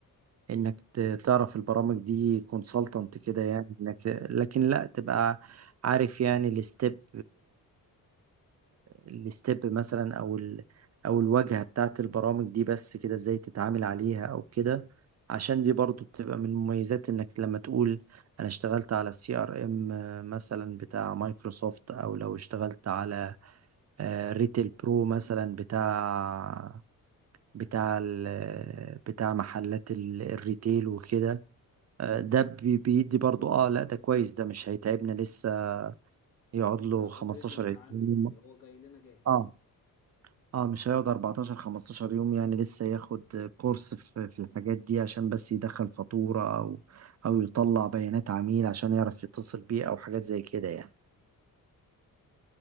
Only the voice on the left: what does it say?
اه
ده
اوريدي متعلم
يعني هو جاي لنا جاهز
فهمت
فهمت.